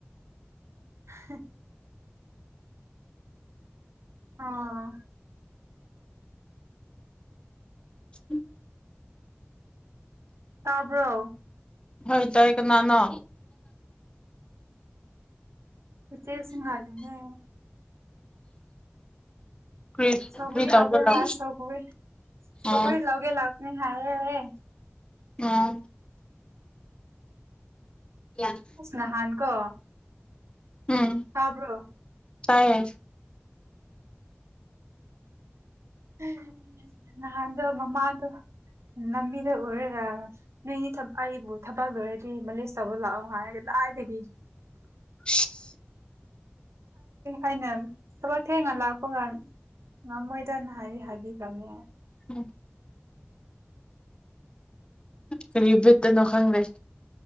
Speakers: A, on the right; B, on the left.
A: <inaudible> ꯑꯥ
B: <inaudible>
A: ꯇꯥꯕ꯭ꯔꯣ
B: ꯍꯣꯏ ꯇꯥꯏ ꯀꯅꯥꯅꯣ
A: ꯏꯆꯦ ꯁꯤꯡꯍꯜꯂꯤꯅꯦ
B: ꯀꯔꯤ
A: ꯁꯧꯒꯔ꯭ꯤ
B: ꯀꯔꯤ ꯇꯧꯕꯔꯣ
A: ꯂꯧꯒꯦ ꯍꯥꯏ ꯁꯧꯒꯔ꯭ꯤ
B: ꯑꯣ
A: ꯂꯧꯒꯦ ꯂꯧꯒꯦ ꯂꯥꯛ ꯅꯤ ꯍꯥꯏꯌꯦ
B: ꯑꯣ ꯌꯥꯝ
A: ꯁꯅꯍꯥꯟ ꯀꯣ
B: ꯎꯝ
A: ꯇꯥꯕ꯭ꯔꯣ
B: ꯇꯥꯏ
A: <unintelligible> ꯅꯍꯥꯟꯗ ꯃꯃꯥꯗ ꯅꯕꯤꯗ ꯑꯣꯏꯔꯦꯔ ꯅꯣꯏꯅꯤ ꯑꯩꯕꯨ ꯊꯕꯛ ꯂꯣꯏꯔꯗꯤ ꯃꯂꯦꯁ ꯇꯧꯕ ꯂꯥꯛꯑꯣ ꯍꯥꯏꯔꯒꯦ ꯂꯥꯏꯗꯒꯤ
B: <unintelligible>
A: ꯑꯩꯅ ꯊꯕꯛ ꯊꯦꯡꯅ ꯂꯥꯛꯄꯒꯥꯟ ꯉꯃꯣꯏꯗꯅ ꯍꯥꯏꯕꯤ ꯍꯥꯏꯕꯤ ꯀꯃꯦ
B: ꯎꯝ ꯀꯔꯤ ꯕꯤꯠꯇꯅꯣ ꯈꯪꯗꯦ